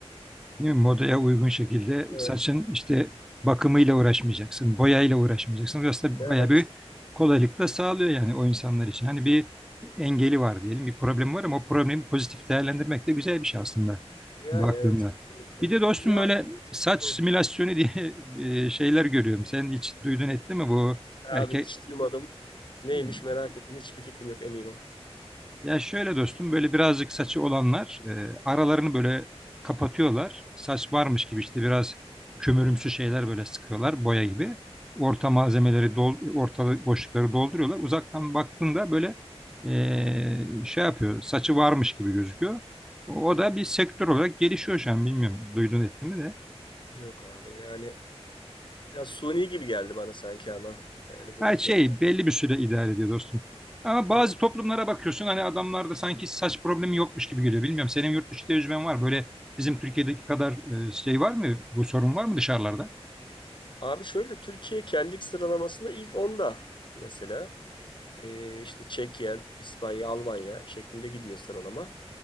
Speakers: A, in the centre; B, on the left.
A: Değil mi? Modaya uygun şekilde
B: Evet,
A: saçın işte bakımıyla uğraşmayacaksın, boyayla uğraşmayacaksın. Burası da
B: evet.
A: bayağı bir kolaylık da sağlıyor yani o insanlar için. Hani bir engeli var diyelim, bir problem var ama o problemi pozitif değerlendirmek de güzel bir şey aslında
B: Yani
A: baktığında.
B: evet kesinlikle.
A: Bir de dostum
B: Ya
A: böyle saç
B: hı.
A: simülasyonu diye <laughs> e, şeyler görüyorum. Sen hiç duydun ettin mi bu erkek
B: Abi hiç duymadım. Neymiş
A: e,
B: merak ettim. Hiçbir fikrim yok emin ol.
A: ya şöyle dostum böyle birazcık saçı olanlar e, aralarını böyle kapatıyorlar. Saç varmış gibi işte biraz kömürümsü şeyler böyle sıkıyorlar boya gibi. Orta malzemeleri dol, ortalık boşlukları dolduruyorlar. Uzaktan baktığında böyle e, şey yapıyor saçı varmış gibi gözüküyor. O, o
B: Hı.
A: da bir sektör olarak gelişiyor şu an bilmiyorum duydun ettin mi de.
B: Yok abi yani biraz suni gibi geldi bana sanki ama. Yani bu
A: Ha şey
B: yöntem.
A: belli bir süre idare ediyor dostum. Ama bazı
B: Evet.
A: toplumlara bakıyorsun hani adamlarda sanki saç problemi yokmuş gibi geliyor. Bilmiyorum senin yurt dışı tecrüben var. Böyle bizim Türkiye'deki kadar e, şey var mı? Bu sorun var mı dışarılarda?
B: Abi şöyle Türkiye kellik sıralamasında ilk onda mesela. Ee, işte Çekya, İspanya, Almanya şeklinde gidiyor sıralama.